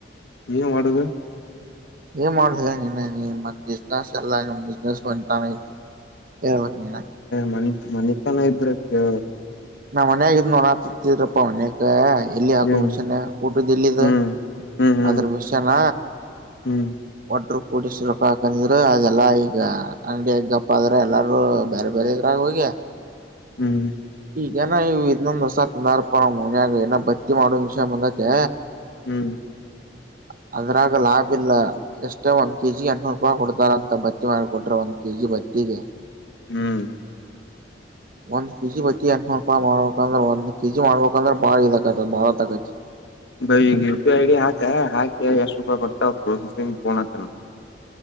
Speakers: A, on the left; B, on the right.
A: ಏನ್ ಮಾಡುದು
B: ಏನ್ ಮಾಡುದುನ್ನ ಮತ್ ಬಿಸ್ಸ್ ಎಲ್ಲ ಬಿಸ್ನೆಸ್ ಬ ತಾನ ಐತಿ ಎಳವತ್ತಮಿನ
A: ಮನ ಮನಿತನ ಇದ್ರ ಕ
B: ನಾ್ ಮನ್ಯಾಗ ಇದಿದ್ ನೋತತಿದ್ರಪ್ಪಾ ಮನ್ಯಾಗ ಎಲ್ಲಿ ಹಾಕೋ
A: ಹ್ಮ್
B: ಮಿಷನ್ ಊಟದ ಎಲ್ಲಿದ್ದ
A: ಹ್ಮ್ ಹ್ಮ್ ಹ್ಮ್
B: ಅದ್ರ ಮಿಷನ್
A: ಹ್ಮ್
B: ವಾಟರುೂ ಕೂಡ ಸ ರೊಪ ಹಾಕಂದಿದ್ರು ಅದೆಲ್ಲಾ ಈಗ ಅಂಗಡಿಿಯಗಪ್ಪ ಆದ್ರ ಎಲ್ಲಾರೂ ಬೇರೆ ಬೇರೆ ಇದ್ರಾಗ ಹೋಗಿ ಹ
A: ಹ್ಮ್
B: ಈಗೇನ ಇವು ಇನ್ನೊಂದ್ ಹೊಸ ತೊಂದಾರಪ ನ್ ಮನ್ಯಾಗ ಏನ ಭತ್ತತಿ ಮಾಡೋ ವಿಷಯ ಬಂದೈತೆ
A: ಹ್ಮ್
B: ಹ ಅದ್ರಾಗ ಲಾಭ ಇಲ್ಲ ಎಷ್ಟೇ ಒಂದ್ ಕೆ ಜಿ ಎಂನೂರು ರೂಪಾಯಿ ಕೊಡ್ತಾರಂತ ಬತ್ತಿ ಮಾಡಿಕೊಟ್ರೆ ಒಂದ್ ಕೆ ಜಿ ಬತ್ತಿ ಗ
A: ಹ್ಮ್
B: ಒಂದ್ ಕೆಜಿ ಬತಿ ಎಂರು ರೂಪಾಯಿ ಮಾಡ್ಬೇಕಂದ್ರೆ ಒಂದ್ ಕೆಜಿ ಮಾಡ್ಬೇಕಂದ್ರೆ ಬಾಳ ಇಕತ ಬಾಳತಕತಿ
A: ಬೈ ಈಗ U P I I D ಹಾಕ ಹಾಕಿ ಎಷ್ಟ ರೂಪಾಯಿ ಬರ್ತಾವ ಪ್ರೊಸೆಸಿಂಗ್ ಫೋನಾಗ್ತೀನ